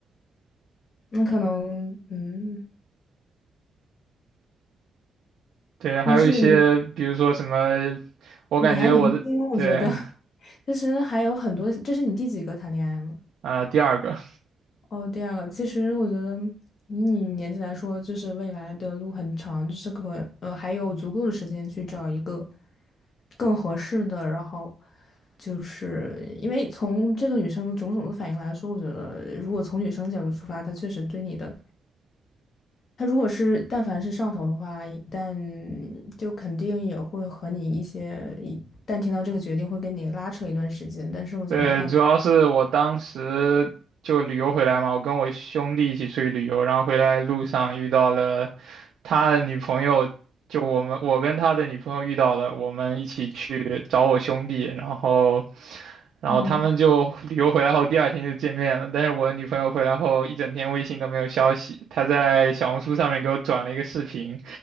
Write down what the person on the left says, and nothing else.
那可能，嗯，
没事没事，
你还年轻，我觉得，
<laughs> 其实还有很多，这是你第几个谈恋爱吗？
哦，第二个，其实我觉得以你年纪来说，就是未来的路很长，就是可呃还有足够的时间去找一个更合适的。然后就是因为从这个女生种种的反应来说，我觉得如果从女生角度出发，她确实对你的，她如果是但凡是上头的话，一旦就肯定也会和你一些，一旦听到这个决定会跟你拉扯一段时间。但是我觉得她，
嗯，